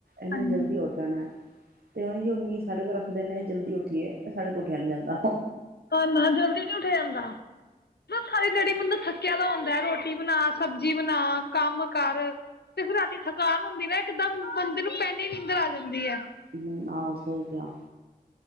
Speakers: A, on the right; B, on the left.
A: ਐਨਾ
B: ਹਾਂਜੀ
A: ਜਲਦੀ ਉਠ ਜਾਣੈ। ਤੇ ਔਈਔ ਮੀਦ ਸਾਡੇ ਕੋਲ ਰੱਖਦੇ ਨੇ ਜਲਦੀ ਉੱਠੀਏ ਸਾਡੇ ਕੋਲ ਉੱਠਿਆ ਨੀ ਜਾਂਦਾ।
B: ਤਾਨਾ ਜਲਦੀ ਨੀ ਉੱਠਿਆ ਜਾਂਦਾ। ਸਾਰੀ ਦੇਆੜੀ ਬੰਦਾ ਥੱਕਿਆ ਦਾ ਹੁੰਦੈ ਰੋਟ ਰੋਟੀ ਬਣਾ, ਸਬਜ਼ੀ ਬਣਾ, ਕੰਮ ਕਰ। ਤੇ ਫਿਰ ਰਾਤੀ ਥਕਾਨ ਹੁੰਦੀ ਨਾ ਇੱਕਦਮ ਬੰਦੇ ਨੂੰ ਪੈਂਦੇ ਨੀਦਰ ਆ ਜਾਂਦੀ ਐ।
A: ਹਮ ਆਹੋ ਸਹੀ ਗਿਆ